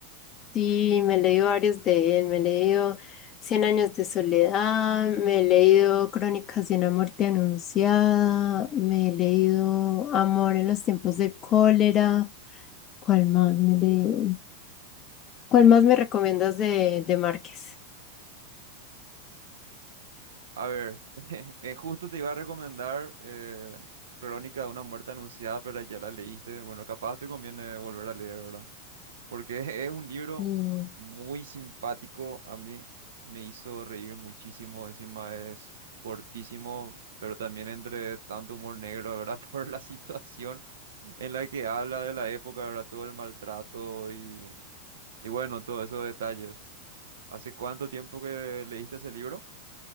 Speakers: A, on the left (about 30°); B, on the right (about 60°).
A: Sí, me he leído varios de él, me he leído Cien años de soledad, me he leído Crónicas de una muerte anunciada, me he leído Amor en los tiempos del cólera. ¿Cuál más me he leído? ¿Cuál más me recomiendas de, de Márquez?
B: A ver, <laughs> eh, justo te iba a recomendar eh, Crónica de una muerte anunciada, pero ya la leíste. Bueno, capaz te conviene volver a leer, ¿verdad? porque <laughs> es un libro
A: Mm.
B: muy simpático, a mí me hizo reír muchísimo, encima es cortísimo, pero también entre tanto humor negro, ¿verdad? <laughs> Por la situación en la que habla de la época, ¿verdad? Todo el maltrato y, y bueno, todos esos detalles. ¿Hace cuánto tiempo que leíste ese libro?